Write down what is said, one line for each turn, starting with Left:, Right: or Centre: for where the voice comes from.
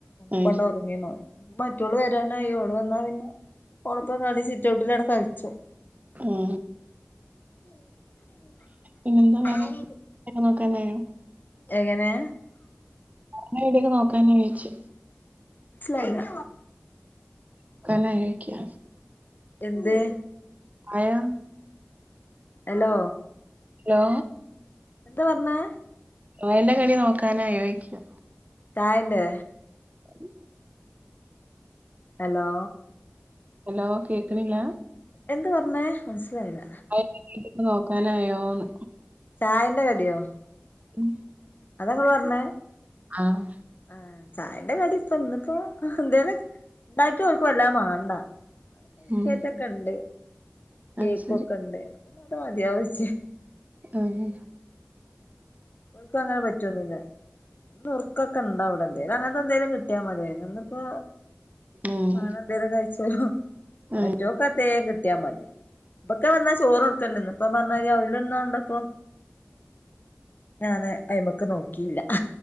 Right: ആഹ്
Left: പ്പണ്ട് ഒർ ങ്ങിന്നു മറ്റൊള് വരാനായി ഓള് വന്നാ പിന്നെ ഓളെപ്പ കളി സിറ്റ്ഔട്ടിലടെ കൾച്ചും
Right: ഉം
Left: ആ
Right: പിന്നെന്താ വേറെ <unintelligible> നോക്കാനായോ
Left: എങ്ങനെ
Right: <unintelligible> നോക്കാനായോയ്ച്ച
Left: മൻസിലായില
Right: മുക്കാലായോയ്ക്കാ
Left: എന്ത്
Right: ആയോ
Left: ഹലോ
Right: ഹലോ
Left: എന്താ പറഞ്ഞേ
Right: വേന്റെ കളി നോക്കാനായോയ്ക്കാ
Left: ചായന്റെ
Right: ഉ
Left: ഹലോ
Right: ഹലോ കേക്കണില്ല
Left: എന്ത് പറഞ്ഞേ മനസ്സിലായില്ല
Right: <unintelligible> നോക്കാനായോന്ന്
Left: ചായന്റെ കടിയോ
Right: ഉം
Left: അതാ ഇങ്ങള് പർഞ്ഞേ
Right: ആഹ്
Left: ആ ചായന്റെ കടി ഇപ്പ ഇന്നിപ്പോ എന്തേലൊ ഉണ്ടാക്കേത് ഓൽക് വല്ലാണ്ട് മാണ്ട ബിസ്കറ്റൊക്കെ
Right: ഉം
Left: ഇണ്ട്
Right: അത്
Left: കേക്കൊക്കെ
Right: ശരി
Left: ഇണ്ട് പിന്നെ അത് മതിയാവുച്ച്
Right: അതെ
Left: ഓൽക്ക് അങ്ങനെ പറ്റൊന്നില്ല നുർക്കൊക്കെണ്ടാ വടെ എന്തേലും അങ്ങനത്തെ എന്തേലും കിട്ടിയാൽ മതി അയിന്നിപ്പോ
Right: ഉം
Left: വേറെ എന്തേലും കഴിച്ചോളും
Right: ആഹ്
Left: മറ്റോക്കെത്തേലും കിട്ട് ട്ടിയാ മതി ഇബക്ക് വന്നാ ചോറ് കൊടുക്കല്ണ്ട് ന്ന് ഇപ്പൊ പറഞ്ഞരീ അവല്ന്നാണ്ടപ്പോ ഞാന് അയ്മക്ക് നോക്കില്ല